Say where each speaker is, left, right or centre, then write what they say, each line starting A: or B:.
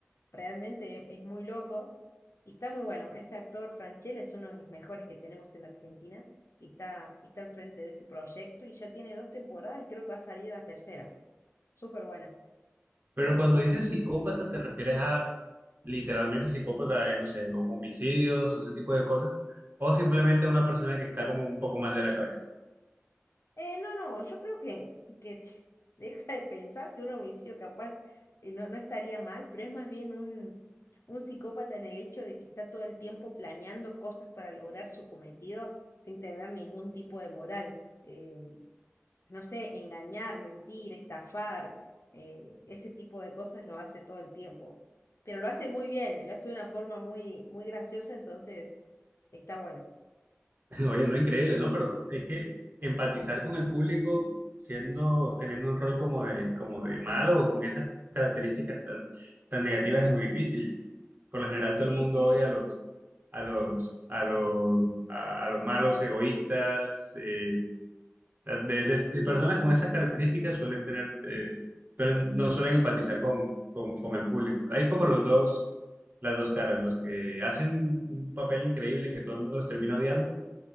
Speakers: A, on the left; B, on the right.
A: realmente es muy loco y está muy bueno. Ese actor Franchella es uno de los mejores que tenemos en la Argentina y está, está al frente de ese proyecto y ya tiene dos temporadas y creo que va a salir la tercera. Súper buena.
B: Pero cuando dices psicópata, ¿te refieres a literalmente psicópata de, no sé, o homicidios o ese tipo de cosas? ¿O simplemente a una persona que está como un poco mal de la cabeza?
A: Eh, no, no, yo creo que, que te- <laughs> deja de pensar que un homicidio capaz eh, no, no estaría mal, pero es más bien un, un psicópata en el hecho de que está todo el tiempo planeando cosas para lograr su cometido sin tener ningún tipo de moral. Eh, no sé, engañar, mentir, estafar, eh, ese tipo de cosas lo hace todo el tiempo. Pero lo hace muy bien, lo hace de una forma muy, muy graciosa, entonces está bueno.
B: <laughs> Oye, no increíble, ¿no? Pero es que empatizar con el público siendo, teniendo un rol como de, como de malo o con esas características tan, tan negativas es muy difícil. <laughs> Por lo general todo
A: Sí,
B: el mundo
A: sí.
B: odia a los, a los, a los, a, a los malos, egoístas, eh, sea, de- de- de personas con esas características suelen tener, eh, suelen- no suelen empatizar con, con, con el público. Hay como los dos, las dos caras, los que hacen un papel increíble que todo el mundo los termina odiando